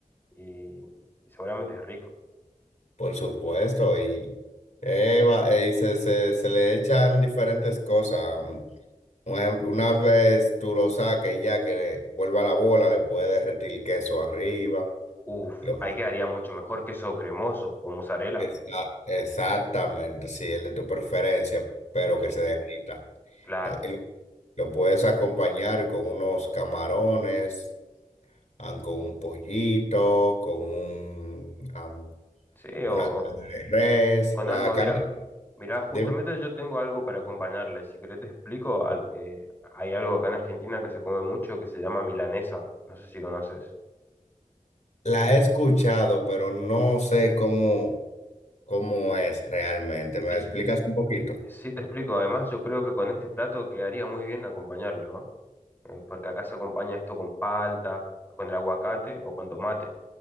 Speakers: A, on the left; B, on the left.
A: y, y seguramente es rico.
B: por supuesto. Y, eh, va- eh, y se, se- se le echan diferentes cosas. mm, Un ejemplo, una vez tú lo saques ya que le- vuelva la bola, le puedes derretir queso arriba.
A: Uf,
B: Lo-
A: ahí quedaría mucho mejor queso cremoso o mozzarella.
B: Esa- exactamente, sí, el de tu preferencia, pero
A: Sí,
B: que se derrita.
A: claro.
B: Ta- y Lo lo puedes acompañar con unos camarones. Van con un pollito, con un, am,
A: Sí,
B: una
A: o,
B: carne de res.
A: con
B: La
A: algo,
B: carne,
A: mira, mira, justamente
B: dime.
A: yo tengo algo para acompañarle. Si querés te explico, al- eh, hay algo acá en Argentina que se come mucho que se llama milanesa. No sé si conoces.
B: la he escuchado, pero no sé cómo, cómo es realmente. ¿Me
A: Es-
B: explicas un poquito?
A: sí, te explico. Además, yo creo que con este plato quedaría muy bien acompañarlo, ¿no? Eh, porque acá se acompaña esto con palta, con el aguacate o con tomate